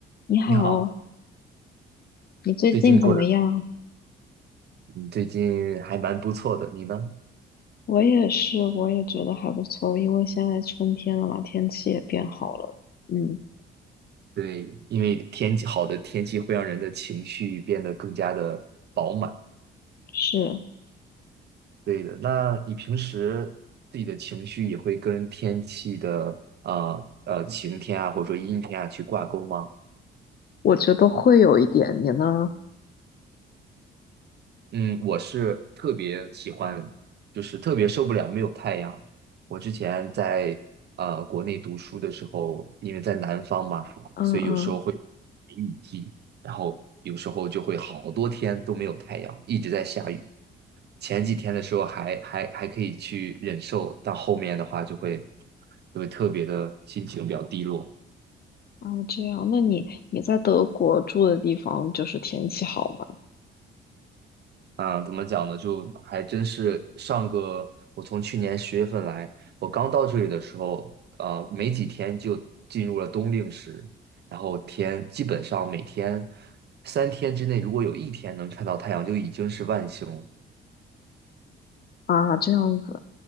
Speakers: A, on the left; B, on the right.
A: 你好，
B: 你好，
A: 你最近怎么样？
B: 最近过得，嗯，最近还蛮不错的，你呢？
A: 我也是，我也觉得还不错，因为现在春天了嘛，天气也变好了。嗯，
B: 对，因为天气好的天气会让人的情绪变得更加的饱满。
A: 是，
B: 对的，那你平时自己的情绪也会跟天气的呃呃晴天啊，或者说阴天啊去挂钩吗？
A: 我觉得会有一点，你呢？
B: 嗯，我是特别喜欢，就是特别受不了没有太阳。我之前在呃国内读书的时候，因为在南方嘛，
A: 嗯嗯
B: 所以有时候会雨季，然后有时候就会好多天都没有太阳，一直在下雨。前几天的时候还还还可以去忍受，但后面的话就会就会特别的心情比较低落。
A: 啊，这样。那你你在德国住的地方，就是天气好吗？
B: 嗯，怎么讲呢？就还真是上个，我从去年十月份来，我刚到这里的时候，呃，没几天就进入了冬令时，然后天基本上每天三天之内，如果有一天能看到太阳，就已经是万幸了。
A: 啊，这样子，